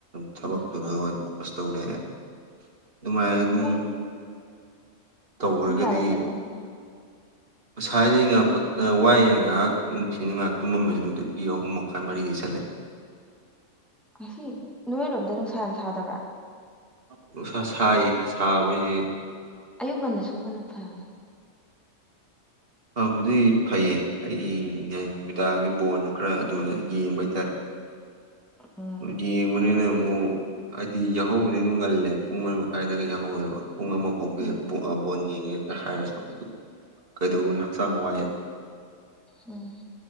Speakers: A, on the right; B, in the centre.
A: ꯊꯕꯣꯛ
B: ꯎꯝ
A: ꯇꯗ ꯄꯀꯁꯇ ꯎꯅꯔ ꯑꯗꯨꯃꯥꯏꯅ ꯑꯗꯨꯝ
B: ꯄꯨꯡ
A: ꯇꯧꯈ꯭ꯔꯒꯗꯤ
B: ꯄꯨꯡ ꯀꯌꯥꯗ ꯆꯠꯂꯤꯅꯣ <unintelligible>
A: ꯉꯁꯥꯏꯗꯩ ꯉꯥꯏꯍꯥꯛ ꯋꯥꯏꯌꯦꯦꯅ ꯉꯥꯏꯍꯥꯛ ꯅꯨꯡꯊꯤ ꯉꯥꯏꯍꯥꯛ ꯇꯨꯝꯃꯝꯃꯦ ꯑꯗꯨꯗꯒꯤ ꯑꯍꯨꯝ ꯃꯈꯥꯏ ꯃꯔꯤꯗꯩ ꯆꯠꯂꯦ
B: <unintelligible> ꯉꯁꯤ ꯅꯣꯏꯔꯣꯝꯗ ꯅꯨꯡꯁꯥ ꯌꯥꯝ ꯁꯥꯗꯕ꯭ꯔꯥ
A: ꯅꯨꯡꯁꯥ ꯁꯥꯏꯌꯦ ꯁꯥꯕꯁꯤ
B: ꯑꯌꯨꯛ ꯉꯟꯗ ꯁꯨꯕꯅ ꯐꯕꯅꯤ
A: ꯎꯝ ꯐꯕꯗꯤ ꯐꯩꯌꯦ ꯑꯩꯩꯅ ꯅꯨꯃꯤꯗꯥꯡꯒꯤ ꯕꯣꯟꯗꯣ ꯈꯔ ꯑꯗꯨꯅ ꯌꯦꯡꯕ ꯍꯥꯏꯇꯥꯔꯦ
B: ꯎꯝ
A: ꯌꯦꯡꯕꯅꯤꯅ ꯑꯃꯨꯛ ꯍꯥꯏꯗꯤ ꯌꯥꯎꯍꯧꯕꯗꯤ ꯑꯗꯨꯝ ꯉꯜꯂꯦ ꯄꯨꯡ ꯀꯥꯏꯗꯗꯒꯤ ꯌꯥꯎꯍꯧꯋꯦꯕ ꯄꯨꯡ ꯑꯃ ꯐꯥꯎꯒꯦ
B: ꯎꯝ
A: ꯕꯣꯟ ꯌꯦꯡꯉꯦ ꯍꯥꯏꯔꯁꯨ ꯑꯗꯨ ꯀꯩꯗꯧꯕꯅ ꯍꯛꯆꯥꯡ ꯋꯥꯏꯑꯕ
B: ꯎꯝ